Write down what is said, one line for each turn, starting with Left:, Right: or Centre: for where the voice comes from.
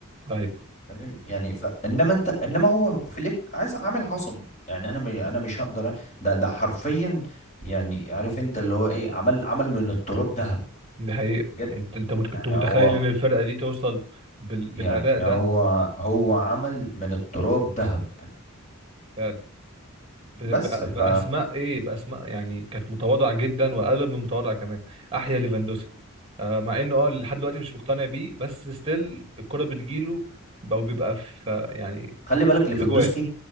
Right: ايوه
Left: فاهم يعني ف... انما انت انما هو فليك عايز عامل عظم يعني انا م... انا مش هقدر أ- ده ده حرفيا يعني عارف انت اللي هو ايه عمل عمل من التراب ذهب
Right: دي حقيقه
Left: بجد
Right: انت انت مت- كنت
Left: يعني
Right: متخيل
Left: هو
Right: ان الفرقه دي توصل بال... بالاداء
Left: يعني هو هو عمل من التراب ذهب
Right: ده ب-
Left: بس
Right: ب-
Left: ف
Right: باسماء ايه باسماء يعني كانت متواضعه جدا واقل من المتواضعه كمان احيا ليفاندوسكي آه مع انه اه لحد دلوقتي مش مقتنع بيه بس ستيل الكره بتجيله او بيبقى في يعني
Left: خلي بالك
Right: بيجيب
Left: ليفاندوسكي
Right: اجوان